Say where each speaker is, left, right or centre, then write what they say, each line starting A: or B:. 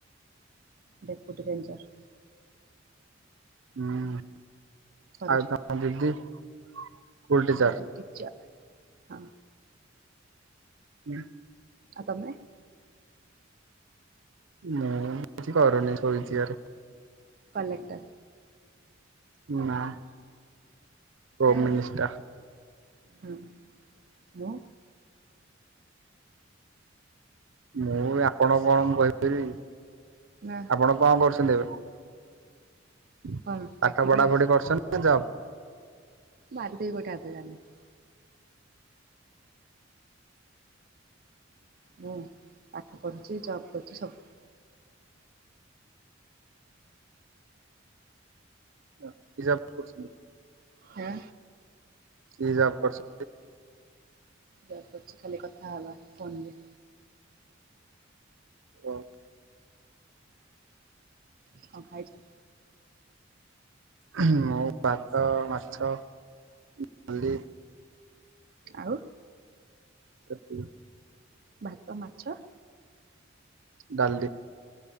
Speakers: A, on the right (about 50°); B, on the right (about 80°).
A: ଡପ୍ୟୁଟି ରରେଞ୍ଜର।
B: ହୁଁ,
A: ଫରେଷ୍ଟର
B: ଆଉ ତମ ଦିଦି? School teacher.
A: ଦିଦି ଟିଚର ହଁ।
B: ହୁଁ।
A: ଆଉ ତମେ?
B: ମୁଁ କିଛି କରୁନି ଶୋଇଚି ଆରେ।
A: କଲେକ୍ଟର
B: ମୁଁ ନା ହୋମ
A: ଏଁ
B: ମିନିଷ୍ଟର
A: ହୁଁ ମୁଁ
B: ମୁଁ ଆପଣଙ୍କ କଣ କହିପାରିବି?
A: ନା।
B: ଆପଣ ଙ୍କ କରୁଛନ୍ତି ଏବେ
A: କଣ ଚାକିରି
B: ପାଠ ପଢାପଢି କରୁଛନ୍ତି ନା ଜବ
A: ମାରିଦେବି ଗୋଇଠା ହେକା ଜାଣିନୁ। ମୁଁ ପାଠ ପଢୁଛି ଜବ୍ କରୁଛି ସବୁ।
B: ଓ କି ଜବ ଆପଣ କରୁଚନ୍ତି?
A: ହଁ।
B: କି ଜବ କରୁଚ?
A: ଜବ କରୁଚି ଖାଲି କଥା ହବା ଫୋନରେ।
B: ଓ।
A: ଙ୍କ ଖାଇଚ?
B: ହୁଁ ମୁଁ ଭାତ ମାଛ ଡାଲି
A: ଆଉ
B: ସେତିକି।
A: ଭାତ ମାଛ
B: ଡାଲି।